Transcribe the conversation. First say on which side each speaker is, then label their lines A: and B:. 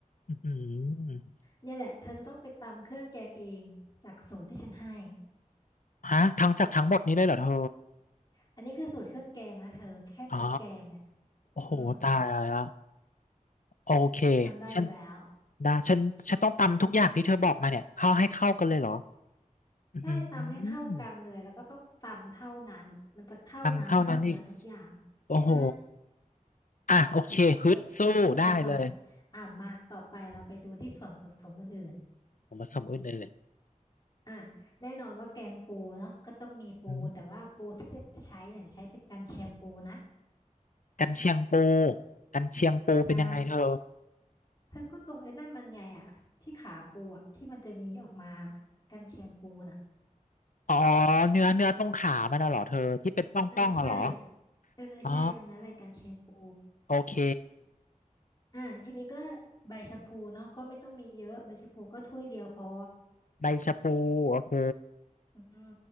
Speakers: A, on the left (about 70°); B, on the left (about 30°).
A: อือหือ
B: เนี่ยแหละเธอจะต้องไปตำเครื่องแกงเองจากสูตรที่ฉันให้
A: ฮะทั้งจากทั้งหมดนี้เลยเหรอเธอ
B: อันนี้คือสูตรเครื่องแกงนะเธอแค่พริกแกงเนี่ย
A: อ๋อโอ้โหตายละ
B: อืม
A: โอเค
B: ทำได้อยู่แล้ว
A: ฉันได้ฉันฉันต้องตำทุกอย่างที่เธอบอกมาเนี่ยเข้าให้เข้ากันเลยเหรออือหื
B: ใช่ตำให้เข้ากันเลยแล้วก็ต้องตำเท่านั้นมันจะเข้าน้ำเข้าเนื้อทุกอย่างใช่
A: อตำเท่านั้นอีกโอ้โหอ่ะโอเคฮึดสู้ได้เลย
B: อดอดทนหน่อยอ่ะมาต่อไปเราไปดูที่ส่วนผสมอื่น
A: ผมผสมอื่นเลย
B: ๆอ่ะแน่นอนว่าแกงปูเนาะก็ต้องมีปูแต่ว่าปูที่จะใช้เนี่ยใช้เป็นกันเชียงปูนะ
A: อืมกันเชียงปูกันเชียงปูเป็นยังไงเธอ
B: ใช่เธอก็ตรงไอ้นั่นมันไงอ่ะที่ขาปูอ่ะที่มันจะมีออกมากันเชียงปูน่ะ
A: อ๋อเนื้อเนื้อตรงขามันน่ะเหรอเธอที่เป็นป่องป่องอะเหรอ
B: อ่าใช่เออใช่ตรงนั้นแหละกันเชียงปู
A: อ๋อโอเค
B: อ่าทีนี้ก็ใบชะพูเนาะก็ไม่ต้องมีเยอะใบชะพูก็ถ้วยเดียวพอ
A: ใบชะพูโอเค
B: อืม